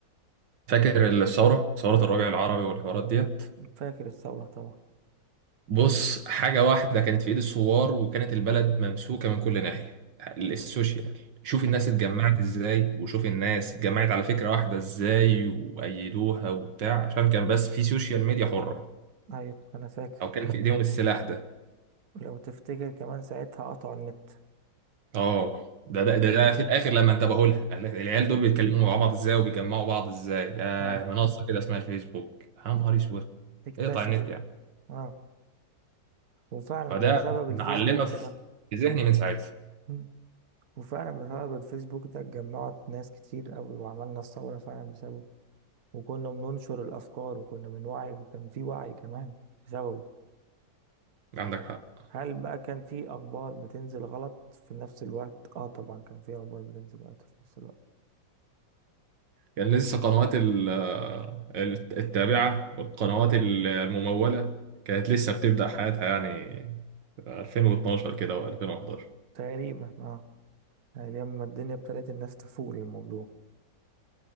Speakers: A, on the right; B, on the right.
A: فاكر الثورة ثورة الربيع العربي والحوارات ديت
B: فاكر الثورة طبعا
A: بص حاجة واحدة كانت في ايد الثوار وكانت البلد ممسوكة من كل ناحية السوشيال شوف الناس
B: ايوه
A: اتجمعت ازاي وشوف الناس اتجمعت على فكرة واحدة ازاي وأيدوها وبتاع عشان كان بس في سوشيال ميديا حرة
B: ايوه انا فاكر
A: او كان في ايديهم السلاح ده
B: لو تفتكر كمان ساعتها قطعوا النت
A: اه ده ده
B: فاكر
A: ده ده في الاخر لما انتبهوا لها قال لك العيال دول بيتكلموا مع بعض ازاي وبيجمعوا بعض ازاي يا
B: ايوه
A: منصه كده اسمها الفيسبوك يا نهار
B: اك-
A: اسود
B: اكتشفوا
A: اقطع النت يعني
B: اه وفعلا
A: فده
B: بسبب الفيسبوك
A: معلمه في
B: ده
A: ذهني من ساعتها
B: مم. وفعلا بسبب الفيسبوك ده اتجمعت ناس كتير قوي وعملنا الثورة فعلا بسببه وكنا بننشر الأفكار وكنا بنوعي وكان في وعي كمان بسببه
A: عندك حق
B: هل بقى كان في أخبار بتنزل غلط في نفس الوقت؟ اه طبعا كان في أخبار بتنزل غلط في نفس الوقت
A: كان لسه قنوات ال- ال- التابعه والقنوات ال- المموله كانت لسه بتبدا حياتها يعني 2012 كده و2011
B: تقريبا اه يعني لما الدنيا ابتدت الناس تفوق للموضوع